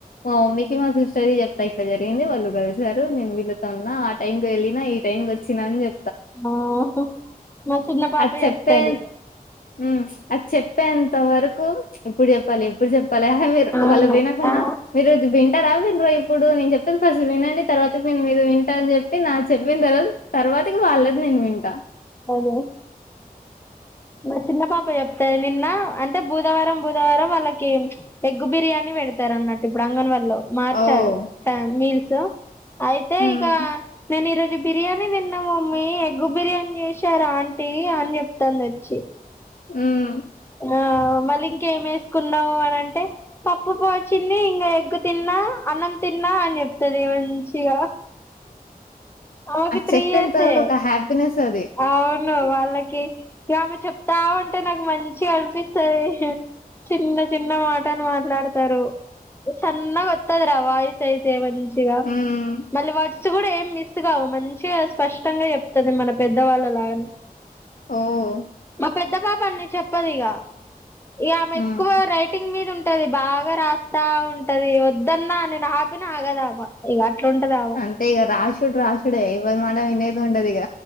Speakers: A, on the left; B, on the left.
A: మా మమ్మీకి మా సిస్టర్‌కి చెప్తా ఇట్లా జరిగింది వాళ్ళు కలిసారు నేను వీళ్ళతో ఉన్నా ఆ టైం కి వెళ్ళిన ఈ టైం కి వచ్చిన అని చే
B: మోహో మా చిన్న పాప
A: అది
B: చెప్తది
A: చెప్తే హ్మ్ అది చెప్పేంత వరకు ఎప్పుడు చెప్పాలి ఎప్పుడు చె ప్పాలి ఆ మిరు
B: అవును
A: వాళ్ళు వినకుండా
B: ఆ
A: ఈరోజు వి టారా వినరా ఇప్పుడు నేను చెప్పిది ఫస్ట్ వినండి తర్వాత నేను మీరు వింటా అని చెప్పి నా చెప్పిన తర్వాత తర్వా తకి వాళ్లది నేను వింటా
B: అదే మా చిన్న పాప చెప్తాది నిన్న అంటే బుధవారం బుధవారం వాళ్ళకి ఎగ్ బిర్యానీ పెడతారు అన్నటు ఇప్పుడు అంగన్ వాల్లో మార్చారు
A: ఓహ్!
B: టై మీల్స్ అయితే
A: హ్మ్.
B: ఇక నేను ఈరో బిర్యానీ తిన్నా మమ్మీ ఎగ్గు బిర్యానీ చేసారు ఆంటీ అని చెప్తాంది వచ్చి
A: ఉమ్మ్
B: ఆ మళ్ళీ ఇంకేం ఎసుకు కున్నావు అని అంటే పప్పు బువ్వ వచ్చింది ఇంకా ఎగ్గు తిన్నా అన్నం తిన్నా అని చెప్తుంది ఏ మంచిగా ఆది
A: అది
B: త్రీ
A: చెప్పేంత
B: ఇయర్సే
A: వరకు ఒక హ్యాపీనెస్ అది.
B: అవును వాళ్ళకి గమె చెప్తా ఉంటే నాకు మంచిగా అనిపిస్తాది చిన్న చిన్న మాటలు మాట్లాడతారు చన్నగ వత్తది రా వాయిస్ అయితే మంచిగా
A: హ్మ్.
B: మళ్ళీ వర్డ్స్ కూడా ఏం మి స్ కావు మంచిగా స్పష్టంగా చెప్తాది మన పెద్దవాళ్ళలాగానే
A: ఉమ్మ్
B: పెద్ద పాప అన్ని చెప్పదు ఇగ ఇగ ఆమె
A: హ్మ్.
B: ఎక్కువ రైటింగ్ మీద ఉం టది బాగా రాస్తా ఉంటది వద్దన్నా నేను ఆపిన ఆగదామే ఇగ అట్లుంటదామ
A: అంతే ఇగ రాశుడు రాశుడే ఎవరు మాట వినేది ఉండది ఇగ